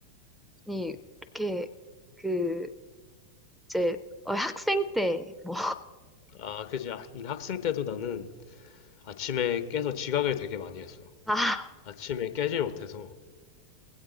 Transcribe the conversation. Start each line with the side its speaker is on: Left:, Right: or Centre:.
Centre: 아니 이렇게 그 이제 어, 학생 때뭐
Left: 아, 그지. 학- 학생 때도 나는 아침에 깨서 지각을 되게 많이 했어.
Centre: 아, <laughs>
Left: 아침에 깨질 못해서.